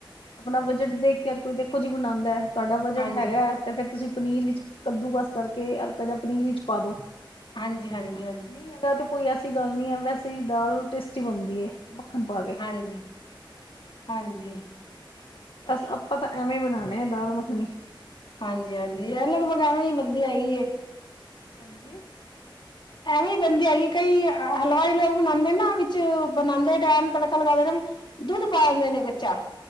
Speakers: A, on the left; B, on the left.
A: ਆਪਣਾ ਬਜਟ ਦੇਖ ਕੇ ਹਰ ਕੋਈ ਦੇਖੋ ਜੀ ਬਣਾਦਾ। ਤੁਆਡਾ ਬਜਟ
B: ਹਾਂਜੀ,
A: ਹੈਗਾ ਹੈ ਤੇ ਫੇਰ ਤੁਸੀਂ ਪਨੀਰ ਵਿੱਚ ਕੱਦੂ-ਕਸ ਕਰਕੇ ਹਲਕਾ ਜੇਆ ਪਨੀਰ ਵਿੱਚ ਪਾਦੋ।
B: ਹਾਂਜੀ-ਹਾਂਜੀ-ਹਾਂ
A: ਨੀ ਹੈਗਾ ਤੇ ਕੋਈ ਐਸੀ ਗੱਲ ਨੀ ਐ ਵੈਸੇ ਈ ਦਾਲ ਟੇਸਟੀ ਬਣਦੀ ਏ ਮੱਖਣ ਪਾਕੇ।
B: ਹਾਂਜੀ, ਹਾਂਜੀ।
A: ਬਸ ਆਪਾਂ ਤਾਂ ਐਵੇਂ ਈ ਬਣਾਣੇ ਆਂ ਦਾਲ-ਮੱਖਣੀ।
B: ਹਾਂਜੀ-ਹਾਂਜੀ ਐ ਲਗਭਗ ਐਵੇਂ ਈ ਬੰਦੀ ਹੈਗੀ ਏ।
A: ਹਾਂਜੀ
B: ਐਵੇਂ ਹੀ ਬਣਦੀ ਹੈਗੀ, ਕਈ ਹਲਵਾਈ ਲੋਕ ਬਣਾਉਂਦੇ ਨਾ ਵਿੱਚ ਬਣਾਉਂਦੇ ਡੈਮ ਤੜਕਾ ਲਗਾਦੇ ਨੇ। ਦੁੱਧ ਪਾ ਦਿੰਦੇ ਨੇ ਕੱਚਾ।